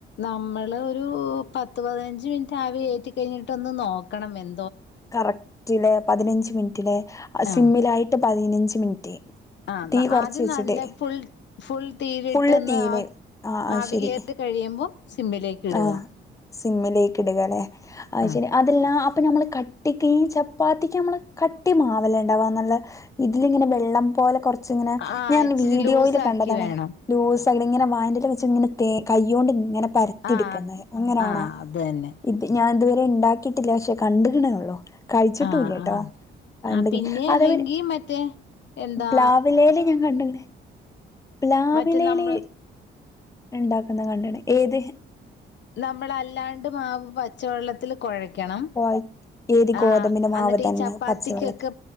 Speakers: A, on the left; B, on the left.
A: നമ്മള് ഒരു പത്ത് പതിനഞ്ച് മിനിറ്റ് ആവി കേറ്റി കഴിഞ്ഞിട്ടൊന്ന് നോക്കണം വെൻ
B: കറക്റ്റിലെ പതിനഞ്ച് മിൻ റ്റിലെ
A: ആഹ്
B: സിമ്മിലായിട്ട് പതിനഞ്ച് ഞ്ച് മിനിറ്റ്
A: ആഹ് ന്നാ
B: തീ കുറച്ച്
A: ആദ്യം
B: വെച്ചിട്ട്
A: നല്ല ഫുൾ ഫുൾ തീയിലിട്ട്ന്ന്
B: ഫുള്ള് തീയില്
A: ആവ്
B: ആഹ് ആഹ്
A: ആവി
B: ശരി
A: കേറി കഴിയുമ്പം സിമ്മിലേക്ക് ഇടുക
B: ആഹ് സിമ്മിലേക്ക് ഇടുകല്ലേ അത്
A: ആഹ്
B: ശരി അതെല്ലാം ആ പ്പ ഞമ്മള് കട്ടിക്ക് ഈ ചപ്പാത്തിക്കമ്മള് കട്ടി മാവല്ലേണ്ടാവ നല്ല ഇതിലിങ്ങനെ വെള്ളം പോലെ കൊർ ച്ച് ഇങ്ങനെ
A: ആഹ്
B: ഞാൻ
A: ഇച്ചിരി
B: വീഡിയോയില്
A: ലൂസ്
B: കണ്ടതാണ്
A: ആക്കി വേണം
B: ലൂസ് പ്പ അയ്ല് ഇങ്ങന വായെന്റെല വെച്ച് ഇങ്ങനെ തേ കൈയോണ്ട് ഇങ്ങനെ പ് എടുക്കുന്നത്
A: ആഹ്
B: അങ്ങനെയാണോ
A: ആഹ് അത് തന്നെ
B: ഇത് ഞാൻ ഇത്വ ഇണ്ടാക്കീട്ടില്ല പക്ഷെ കണ്ട്ക്ക്ണ് ഒള്ളൂ കഴിച്ചിട്ടൂല്ലട്ടോ
A: ആഹ് ആഹ്
B: കണ്ട്ക്ക്ണ്
A: ആ പിന്നെ
B: അതേമാരി
A: അല്ലെങ്കി മറ്റേ എന്താ
B: പ്ലാവിലേല് ഞാൻ കണ്ട്ക്ക്ണ് പ്ലാവിലേല്
A: മറ്റേ നമ്മള്
B: ഇണ്ടാക്കുന്ന കണ്ടണ് ഏത്
A: നമ്മളല്ലാണ്ട് മാവ് പച്ചവെള്ളത്തില് കൊഴ ക്കണം
B: കോയ ഏത് ഗോതമ്പിന്റെ
A: ആഹ്
B: മാവ്
A: അന്നിട്ട്
B: തന്നെ
A: ഈ ചപ്പാത്തിക്കൊക്കെ
B: പച്ചവെള്ള